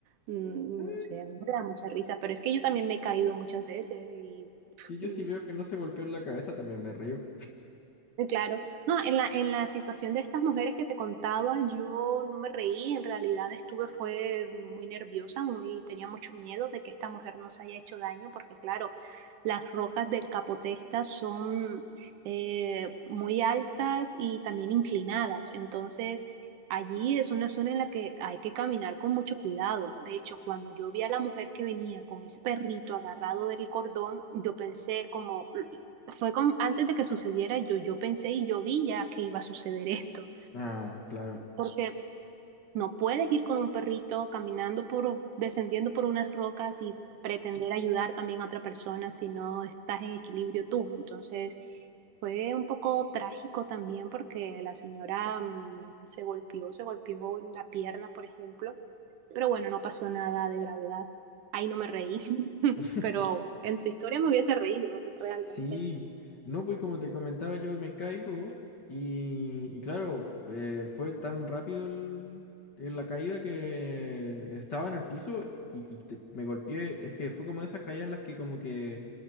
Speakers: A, on the right; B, on the left.
A: mm,
B: Sí,
A: no sé, a mí me da mucha risa, pero es que yo también me he caído muchas veces y
B: Que yo
A: mm,
B: sí veo que no se golpeó en la cabeza, también me río.
A: Claro, no, en la, en la situación de estas mujeres que te contaba, yo no me reí, en realidad estuve, fue muy nerviosa, muy, tenía mucho miedo de que esta mujer nos haya hecho daño, porque claro, las rocas del Capotesta son eh, muy altas y también inclinadas, entonces allí es una zona en la que hay que caminar con mucho cuidado. De hecho, cuando yo vi a la mujer que venía con ese perrito agarrado del cordón, yo pensé como fue con, antes de que sucediera, yo, yo pensé y yo vi ya que iba a suceder esto,
B: Ah, claro.
A: porque no puedes ir con un perrito caminando por, descendiendo por unas rocas y pretender ayudar también a otra persona si no estás en equilibrio tú. Entonces, fue un poco trágico también porque la señora mm, se golpeó, se golpeó la pierna, por ejemplo, pero bueno, no pasó nada de gravedad. Ahí no me reí, <laughs>
B: <laughs>
A: pero en tu historia me hubiese reído realmente.
B: Sí, no, pues como te comentaba, yo me caigo y, y claro, eh, fue tan rápido el- el- la caída que estaba en el piso y, y te- me golpeé. Es que fue como de esas caídas en las que como que